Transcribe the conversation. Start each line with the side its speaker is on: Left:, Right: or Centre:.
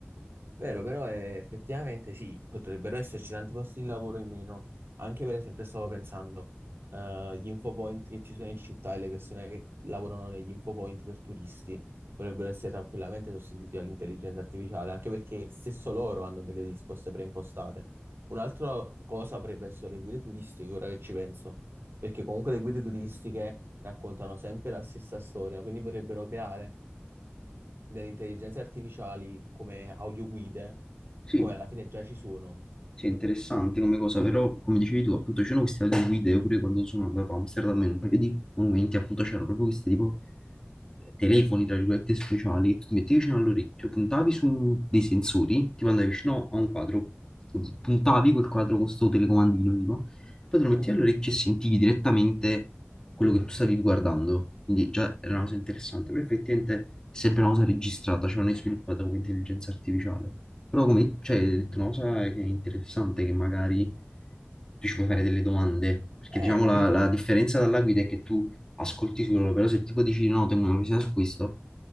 Right: Vero, però eh, effettivamente sì, potrebbero esserci tanti posti di lavoro in meno. Anche per esempio stavo pensando, eh, gli infopoint che ci sono in città e le persone che lavorano negli infopoint per turisti potrebbero essere tranquillamente sostituiti dall'intelligenza artificiale, anche perché stesso loro hanno delle risposte preimpostate. Un'altra cosa potrebbe essere le guide turistiche, ora che ci penso, perché comunque le guide turistiche raccontano sempre la stessa storia, quindi potrebbero creare delle intelligenze artificiali come audioguide,
Left: Sì,
Right: come alla fine già ci sono.
Left: Sì, è interessante come cosa, però come dicevi tu, appunto c'erano queste guide pure quando sono andato a Amsterdam in un paio di momenti, appunto c'erano proprio questi tipo eh, telefoni, tra virgolette, speciali, che tu ti mettevi vicino all'orecchio, puntavi su dei sensori, tipo andavi vicino a un quadro, tu puntavi quel quadro con sto telecomandino, tipo, poi te lo mettevi
Right: Mm.
Left: all'orecchio e sentivi direttamente quello che tu stavi guardando, quindi già era una cosa interessante, però effettivamente è sempre una cosa registrata, cioè non è sviluppata come intelligenza artificiale. Però come, cioè, hai detto una cosa che è interessante, che magari tu ci puoi fare delle domande, perché
Right: Eh,
Left: diciamo
Right: capito?
Left: la, la differenza dalla guida è che tu ascolti solo, però se tipo dici no, tengo una curiosità su questo,